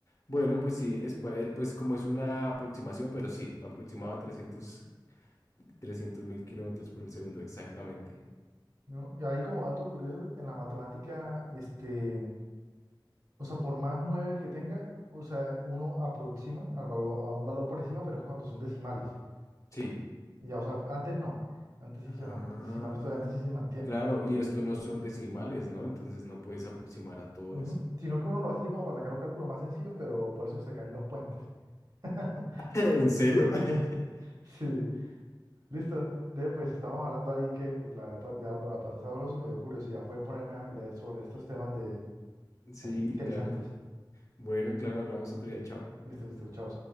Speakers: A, on the left; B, on the right.
A: Bueno, pues sí, es, pa- eh, pues como es una aproximación, pero sí, aproximaba trescientos trescientos mil kilómetros por segundo exactamente.
B: ¿no? Y ahí como dato curioso, en la matemática, este, o sea, por más nueve que tenga, o sea, uno aproxima al valor, a un valor por encima, pero es cuando son decimales.
A: Sí.
B: Ya, o sea, antes no. Antes sí
A: Ah,
B: se mantiene, antes sí se mantiene.
A: claro, y esto no son decimales, ¿no? Entonces no puedes aproximar a todo
B: Ujú.
A: eso.
B: Sino que uno lo hace así como para sacar los cálculos más sencillos, pero por eso se caen los puentes. <laughs>
A: <laughs> ¿En serio? <laughs>
B: Sí, listo. Entonces, pues estábamos hablando ahí, Kevin, porque la verdad pa- ya para pasar sabroso y me dio curiosidad fue ponerme a leer sobre estos temas de
A: Sí,
B: así interesantes.
A: claro. Bueno, claro, hablamos otro día, chao.
B: Listo, listo, chao.